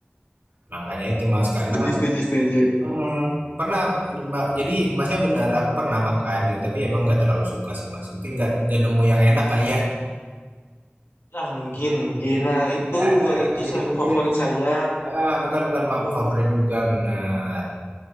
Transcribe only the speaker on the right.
Nah, makanya itu mas karena
mm, pernah ma- jadi masnya benar aku pernah makan gitu tapi emang nggak terlalu suka sih mas mungkin nggak nggak nemu yang enak kali ya,
Ya,
jadi
mungkin
ah, bukan bukan
ma- favorit juga benar